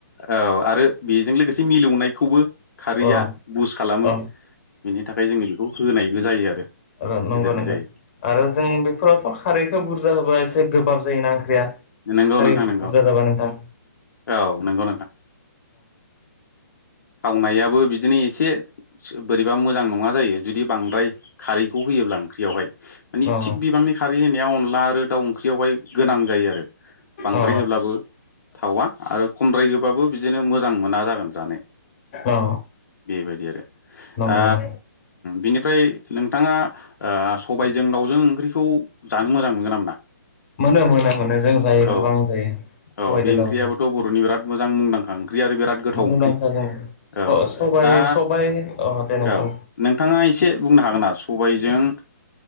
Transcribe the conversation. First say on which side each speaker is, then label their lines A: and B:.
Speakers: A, on the left; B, on the left.
A: औ आरो बेजों लोगोसे मिलौनाय खौबो खारैआ
B: अ
A: बुस खालामो
B: अ
A: बिनि थाखाय जोङो बेखौ होनायबो जायो आरो
B: औ- नंगौ
A: होदेरनाय
B: नंगौ
A: जायो
B: आरो जों बेफोरावथ' खारैखौ बुरजा होबा एसे गोबाब जायोना ओंख्रिआ। खारि
A: नोंगौ नोंथां
B: बुरजा
A: नोंगौ
B: जाबा नोंथां?
A: औ नोंगौ खावनायाबो बिदिनो एसे बोरैबा मोजां नङा जायो जुदि बांद्राय खारैखौ होयोब्ला ओंख्रियावहाय मानि
B: अ
A: थिग बिबांनि खारै होनाया अनला आरो दाउ ओंख्रियावहाय गोनां जायो आरो बांद्राय
B: अ
A: होब्लाबो थावा आरो खमद्राय होब्ला बाबो बिदिनो मोजां मोना जागोन जानो।
B: अ
A: बेबायदि आरो
B: नंगौ
A: दा
B: नंगौ
A: बिनि -फ्राय नोंथाङा सबायजों दाउजों ओंख्रिखौ जानो मोजां मोनगोन ना मोना
B: मोनो-मोनो-मोनो जों जायो
A: औ
B: गोबां जायो
A: औ
B: सबायदो
A: बे ओंख्रियाबोथ'
B: दाउजों।
A: बर'नि बिराद मोजां मुंदांखा ओंख्रि आरो बिराद गोथाव
B: मुंदांखा
A: ओंख्रि। औ।
B: जों सबाय
A: दा
B: सबाय अ दे नोंथां
A: औ। नोंथाङा एसे बुंनो हागोन ना स सबायजों